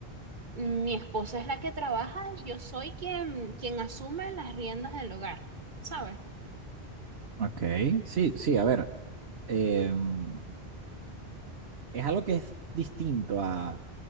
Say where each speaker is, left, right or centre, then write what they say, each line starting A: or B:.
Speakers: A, on the right (about 50°); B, on the right (about 80°).
A: Mi esposa es la que trabaja y yo soy quien, quien asume las riendas del hogar, ¿sabes?
B: Ok, sí, sí, a ver, em, es algo que es distinto a